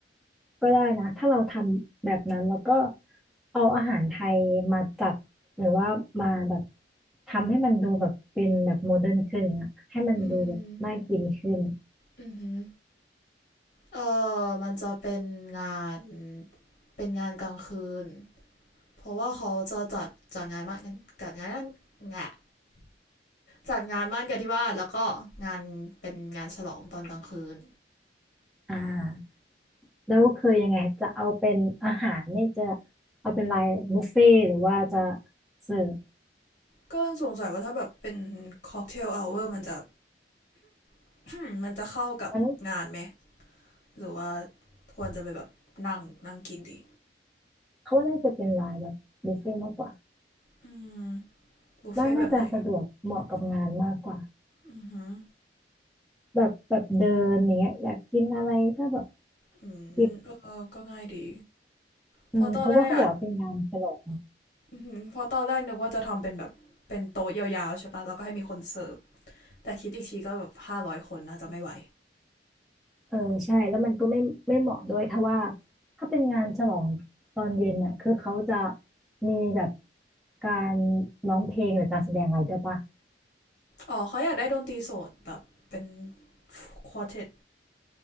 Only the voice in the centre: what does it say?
ก็ได้นะถ้าเราทำแบบนั้นแล้วก็เอาอาหารไทยมาจัดหรือว่ามาแบบทำให้มันดูแบบเป็นแบบโมเดิร์นขึ้นอะให้มันดูแบบน่ากินขึ้น
อ่าแล้วคือยังไงจะเอาเป็นอาหารเนี่ยจะเอาเป็นลายบุฟเฟ่ต์หรือว่าจะเสิร์ฟ
งั้น
เขาว่าน่าจะเป็นลายแบบบุฟเฟ่ต์มากกว่า
บ้านน่าจะสะดวกเหมาะกับงานมากกว่า
แบบแบบเดินอย่างเงี้ยอยากกินอะไรก็แบบ
หยิบอืมเพราะว่าเขาบอกว่าเป็นงานฉลอง
เออใช่แล้วมันก็ไม่ไม่เหมาะด้วยถ้าว่าถ้าเป็นงานฉลองตอนเย็นเนี่ยคือเขาจะมีแบบการร้องเพลงหรือการแสดงอะไรด้วยปะ